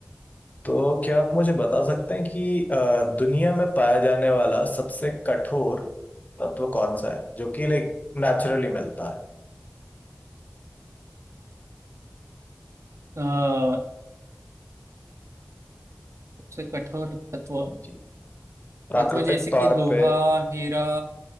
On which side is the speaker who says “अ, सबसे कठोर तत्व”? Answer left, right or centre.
Right